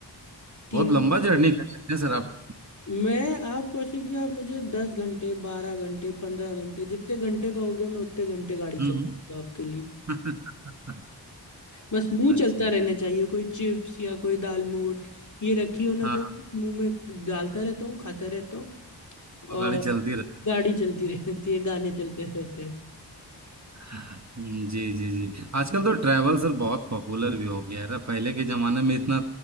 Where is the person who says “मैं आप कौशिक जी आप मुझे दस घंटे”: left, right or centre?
Left